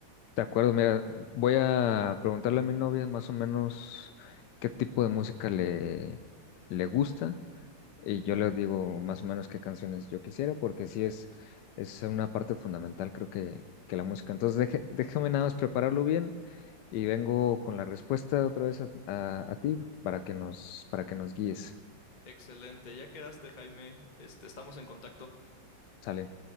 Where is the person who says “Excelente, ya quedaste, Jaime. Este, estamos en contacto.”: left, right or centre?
Left